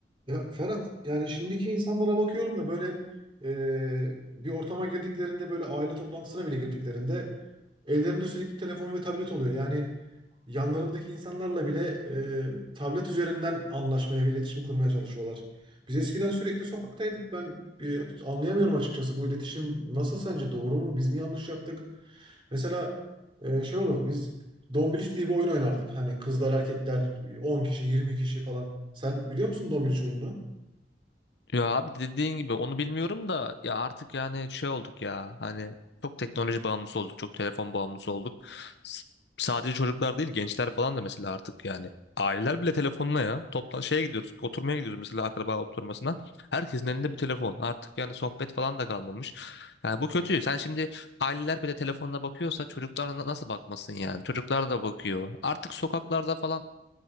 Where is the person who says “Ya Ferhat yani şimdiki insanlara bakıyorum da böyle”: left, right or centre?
Right